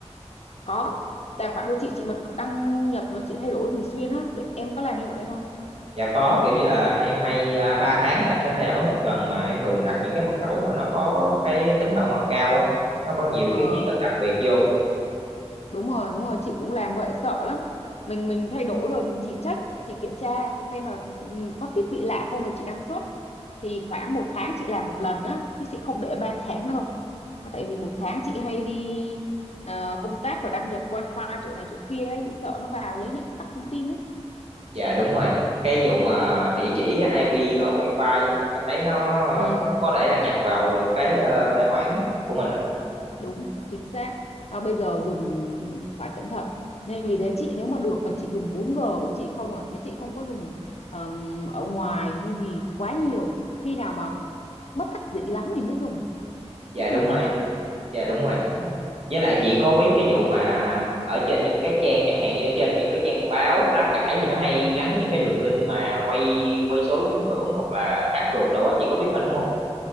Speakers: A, on the left (about 65°); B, on the right (about 60°).
A: có tài khoản của chị chị mà đăng nhập rồi chị thay đổi thường xuyên á Vậy em có làm như vậy không
B: dạ có kiểu như là em hay à, ba tháng là em sẽ thay đổi một lần mà em thường đặt những cái mật khẩu mà nó có cái tính bảo mật cao á nó có nhiều
A: ờ
B: cái ký tự đặc biệt vô
A: đúng rồi đúng rồi chị cũng làm vậy sợ lắm mình mình thay đổi rồi chị check chị kiểm tra xem là ừm, có thiết bị lạ không là chị đăng xuất thì khoảng một tháng chị làm một lần á chứ chị không để ba tháng đâu Nó tại vì một tháng chị hay đi ờ, công tác và đăng nhập wifi chỗ này chỗ kia ấy, chị sợ nó vào lấy những cắp thông tin ấy
B: Dạ đúng rồi. Cái vụ mà địa chỉ IP ở Wi-Fi á, em thấy nó ờ,
A: ừ
B: cũng có thể đăng nhập vào được cái ờ, tài khoản của mình đó.
A: đúng chính xác à, bây giờ dùng ừ, phải cẩn thận nên vì thế chị nếu mà được là chị dùng bốn g của chị không à chứ chị không có dùng ừm, ở ngoài hay gì quá nhiều khi nào mà bất đắc dĩ lắm mình mới dùng
B: Dạ
A: chứ không
B: đúng
A: tin
B: rồi.
A: ai
B: Dạ đúng rồi.
A: Ừm.
B: Với lại chị có biết cái vụ mà ở trên những cái trang chẳng hạn như trên những cái trang báo lá cải gì nó hay gắn những cái đường link mà quay quay số trúng thưởng hoặc là cá cược đồ á chị có biết mà đúng không?